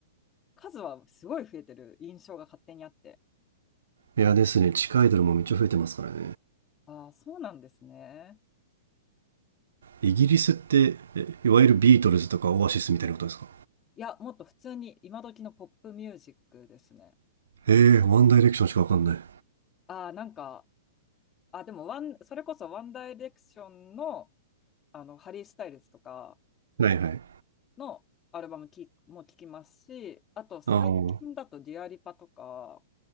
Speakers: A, on the left; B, on the right.
A: 数はすごい増えてる印象が勝手にあって。
B: いやですね。地下アイドルもめっちゃ増えてますからね。
A: ああ、そうなんですね。
B: イギリスっていわゆるビートルズとかオアシスみたいなことですか
A: いや、もっと普通に今時のポップミュージックですね。
B: えー、ワンダイレクションしかわかんない
A: ああ、なんか、あ、でもワン、それこそワンダイレクションの、あの、ハリー・スタイルズとか、
B: はいはい
A: のアルバムきも聴きますし、あと最近だとディアリパとか、
B: あー